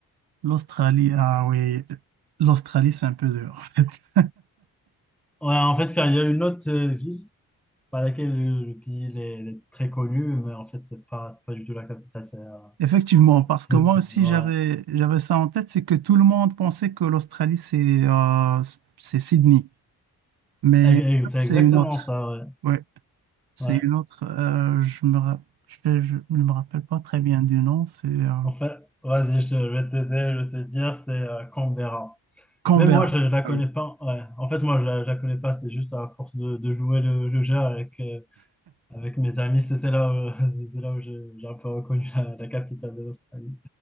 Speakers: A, on the right; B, in the centre.
A: L'Australie, ah oui, l'Australie, c'est un peu dur, en fait.
B: Ouais, en fait, car il y a une autre euh, ville par laquelle le le pays il est, il est très connu, mais en fait, c'est pas, c'est pas du tout la capitale. C'est euh,
A: <laughs> Effectivement, parce
B: <laughs> c'est-
A: que moi
B: c'est-
A: aussi
B: ouais.
A: j'avais j'avais ça en tête, c'est que tout le monde pensait que l'Australie c'est euh, c'est Sydney. Mais
B: Ex-
A: en
B: ex-
A: fait,
B: c'est
A: c'est
B: exactement
A: une autre.
B: ça, ouais.
A: Ouais, c'est
B: Ouais.
A: une autre. euh, je me ra- je, je ne me rappelle pas très bien du nom. C'est euh,
B: En fait, vas-y, je, te- je vais t'aider, je vais te dire, c'est euh, Canberra.
A: Canberra.
B: Même moi, je ne la connais
A: Ah oui.
B: pas. Ouais. En fait, moi, je la, je la connais pas. C'est juste à force de, de jouer le, le jeu avec, euh, avec mes amis. C'est c'est là où, <laughs> c'est là où j'ai j'ai un peu reconnu la, la capitale de l'Australie.